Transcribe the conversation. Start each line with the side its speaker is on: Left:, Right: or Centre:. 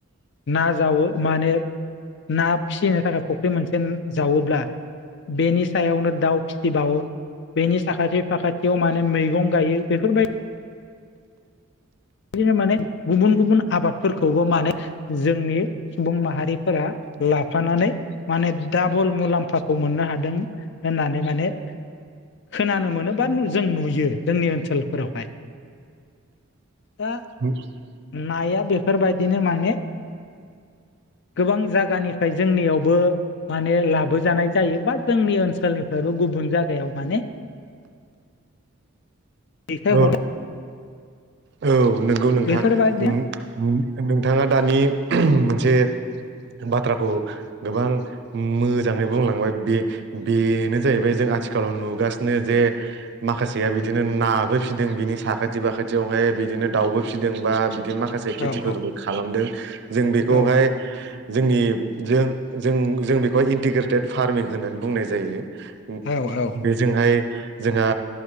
Left: ना जावो माने ना फिसिनो थाखाय फुख्रि मोनसे जावोब्ला बेनि सायावनो दाउ फिसिबावो बेनि साखाथि फाखाथियाव माने मैगं गायो बेफोरबायदि बिदिनो माने गुबुन-गुबुन आबादफोरखौबो माने जोंनि सुबुं माहारिफोरा लाफानानै माने डाबल मुलाम्फाखौ मोननो हादों होननानै माने खोनानो मोनो बा जों नुयो जोंनि ओनसोलफोरावहाय। दा
Right: <unintelligible>
Left: नाया बेफोरबायदिनो माने गोबां जायगानिफ्राय जोंनियावबो माने लाबोजानाय जायो बा जोंनि ओनसोलनिफ्रायबो गुबुन जायगायाव माने दैेथाय
Right: औ
Left: <unintelligible>
Right: औ नंगौ नोंथां
Left: बेफोरबायदिनो
Right: <unintelligible> नोंथाङा दानि मोनसे बाथ्राखौ गोबां मोजाङै बुंलांबाय बे-बेनो जाहैबाय जों आथिखालाव नुगासिनो जे माखासेया बिदिनो नाबो फिदों बिनि साखाथि बाखा थियावहाय बिदिनो दाउबो फिसिदों बा बिदिनो माखासे खेथिफोरबो
Left: औ औ
Right: खालामदों जों बेखौहाय
Left: औ
Right: <inaudible> जोंनि जों जों जों बेखौहाय इन्टिग्रेटेड फार्मिं होननानै बुंनाय जायो।
Left: औ औ
Right: जोंहाय जोंहा